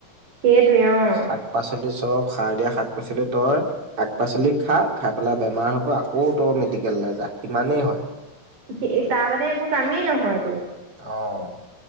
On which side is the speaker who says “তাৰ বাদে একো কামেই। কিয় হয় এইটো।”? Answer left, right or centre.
Right